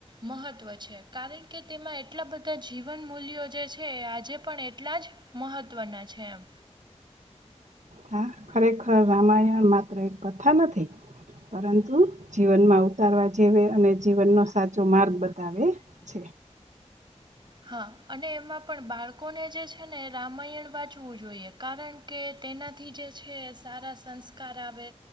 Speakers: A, on the right; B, on the right.
A: મહત્વ છે, કારણ કે તેમાં એટલા બધા જીવન મૂલ્યો જે છે એ આજે પણ એટલા જ મહત્ત્વના છે, એમ
B: હા ખરેખર રામાયણ માત્ર એક કથા નથી, પરંતુ જીવનમાં ઉતારવા જેવે, અને જીવનનો સાચો માર્ગ બતાવે છે.
A: હા અને એમાં પણ બાળકોને જે છને, એ રામાયણ વાંચવું જોઈએ કારણ કે તેનાથી જે છે, સારા સંસ્કાર આવે